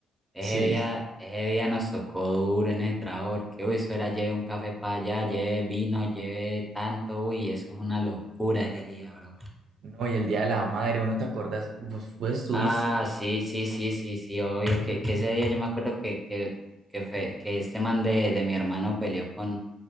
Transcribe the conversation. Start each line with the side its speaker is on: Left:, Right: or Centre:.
Centre: Ese
Right: Sí,
Centre: día, ese día nos tocó duro en ese trabajo porque, uy, eso era lleve un café para allá, lleve vino, lleve tanto, uy, eso fue una locura ese día, bro.
Right: <laughs> no, y el Día de la Madre, ¿uno te acuerdas? ¿Vos, vos estuviste?
Centre: Ah, sí, sí, sí, sí, sí, obvio, que, que ese día yo me acuerdo que, que, que, fe- que este man de, de mi hermano peleó con,